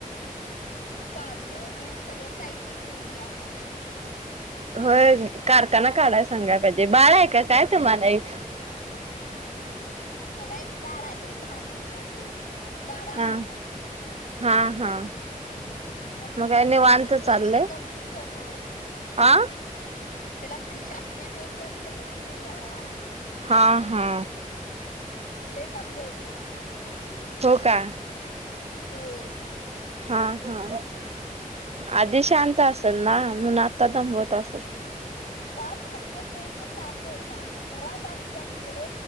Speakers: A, on the left; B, on the right.
A: काजू, हेन, सगळं साहित्य घेऊन या, म.
B: होय, काढताना काढाया सांगायला पाहिजे, बाळा हे का? काय त, माना एक?
A: मला एक बाळ आहे, दहा महिन्याचं. बारा महिन्याचंं.
B: हा हा. हा.
A: <unintelligible>
B: मग काय निवांत चाललंय
A: <inaudible>
B: हा हा हा
A: <unintelligible>
B: हो का?
A: होय.
B: हा हा, आधी शांत असल ना, म्हणून आता दमवत असल.
A: <unintelligible> पाच महिने पूर्ण शांत होता. घरात आमच्या तिकडे,